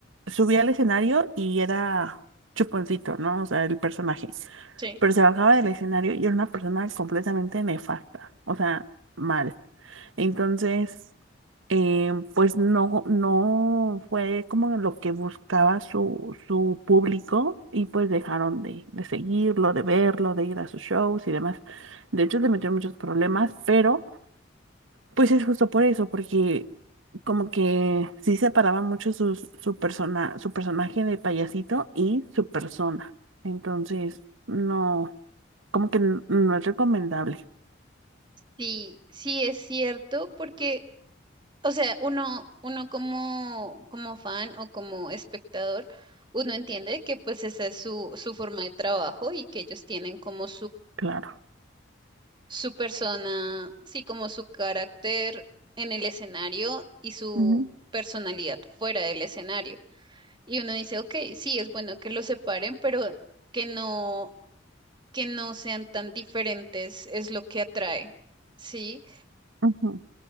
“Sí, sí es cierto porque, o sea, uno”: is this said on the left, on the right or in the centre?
Right